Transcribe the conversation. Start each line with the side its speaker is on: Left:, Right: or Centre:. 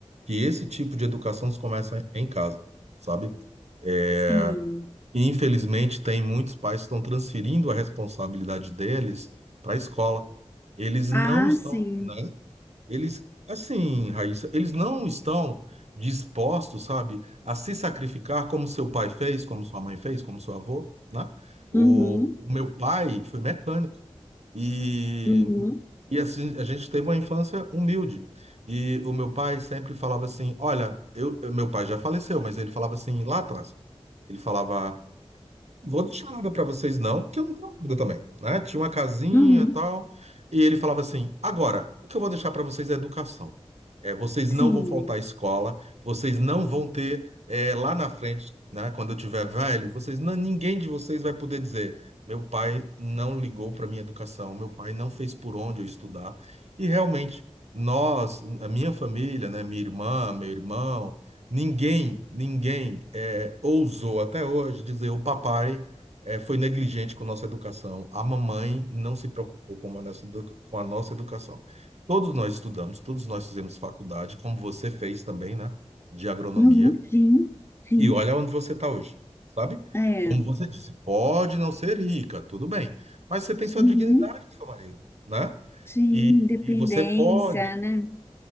Right: que esse tipo de educação se começa em casa, sabe? É,
Left: Sim.
Right: Infelizmente, tem muitos pais que estão transferindo a responsabilidade deles para a escola. Eles não
Left: Ah,
Right: estão,
Left: sim.
Right: né? Eles, assim, Raíssa, eles não estão dispostos, sabe, a se sacrificar como seu pai fez, como sua mãe fez, como seu avô, né? O,
Left: Uhum,
Right: o meu pai foi mecânico e,
Left: uhum,
Right: e assim, a gente teve uma infância humilde. E o meu pai sempre falava assim: Olha, eu, meu pai já faleceu, mas ele falava assim lá atrás. Ele falava: vou deixar nada pra vocês não, porque eu não tenho nada também, né? Tinha uma casinha
Left: uhum.
Right: e tal, e ele falava assim: agora, o que eu vou deixar pra vocês é educação. É, vocês
Left: Sim.
Right: não vão faltar à escola, vocês não vão ter é, lá na frente, né? Quando eu tiver velho, vocês não- ninguém de vocês vai poder dizer: meu pai não ligou pra minha educação, meu pai não fez por onde eu estudar. E realmente nós, a minha família, né? Minha irmã, meu irmão Ninguém, ninguém é, ousou até hoje dizer o papai é, foi negligente com nossa educação, a mamãe não se preocupou com a nossa edu- com a nossa educação. Todos nós estudamos, todos nós fizemos faculdade, como você fez também, né, de agronomia,
Left: Uhum, sim, sim.
Right: e olha onde você está hoje, sabe?
Left: É.
Right: Como você disse, pode não ser rica, tudo bem, mas você tem sua
Left: Uhum,
Right: dignidade, seu marido, né?
Left: sim,
Right: E,
Left: Dependência,
Right: e você pode,
Left: né?